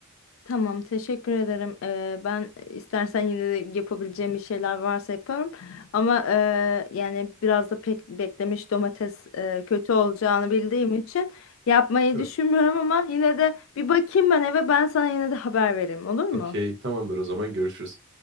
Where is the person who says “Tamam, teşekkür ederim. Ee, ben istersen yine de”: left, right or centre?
Left